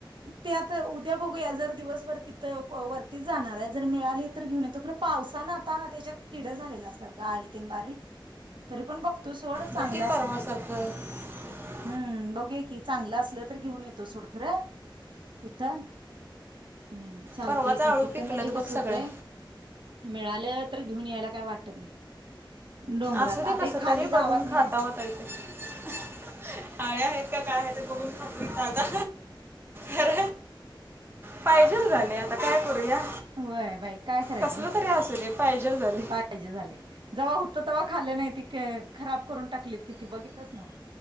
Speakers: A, on the right; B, on the right.
A: ते आ- उद्या बघूया, जर दिवसभर तिथं वरती जाणार आहे, जर मिळाली तर घेऊन येतो खर पावसान आता त्याच्यात किड झालेले असणार ग अळी तेन बारीक तरी पण बघ- तो सोड चांगला
B: बघ
A: असल-
B: <unintelligible>
A: हम्म -बघू या की चांगलं असलं तर, घेऊन येतो सोडखरं तिथं. हम्म- चालतय
B: परवाचं
A: की
B: आळू
A: तिथं
B: पिकलं
A: म्हणजे कसं
B: बघ सगळं
A: होतंय? मिळालं तर, घेऊन यायला काय वाटत नाही. डोंगरात
B: असू दे
A: आताही
B: कसं
A: खाली
B: तरी
A: गावात
B: बघून
A: मिळेल.
B: खाता होता इथे आळ्या आहेत का काय आहे ते बघून <unintelligible> आता खर पाहिजे झाले- ता काय? करूया
A: वय बाई काय करायचं
B: कसलं तरी असू दे पाहिजे झाले
A: पाहिजे झाले जव्हा होत तेव्हा खाल्लं नाही त खराब करून टाकलीत किती बघितलंच ना